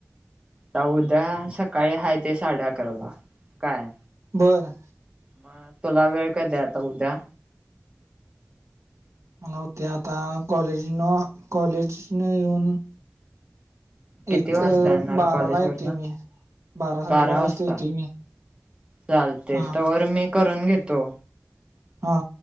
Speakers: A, on the right; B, on the right.
A: आता उद्या सकाळी हाय ते साडे अकराला काय
B: बरं
A: मग तुला वेळ कधी आता उद्या?
B: मला उद्या आता कॉलेज न कॉलेजन येऊन
A: किती
B: एक
A: वाजता येणार
B: बाराला
A: कॉलेज
B: येते
A: वरन?
B: मी साडेबारा
A: बारा वाजता
B: येते मी
A: चालतय
B: हा
A: तवर मी करून घेतो.
B: हा